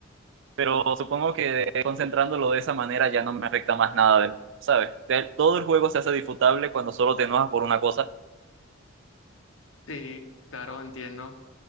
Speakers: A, on the right; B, on the left.
A: Pero supongo que concentrándolo de esa manera ya no me afecta más nada, ¿sabes? De- Todo el juego se hace disfrutable cuando solo te enojas por una cosa
B: Sí, claro, entiendo.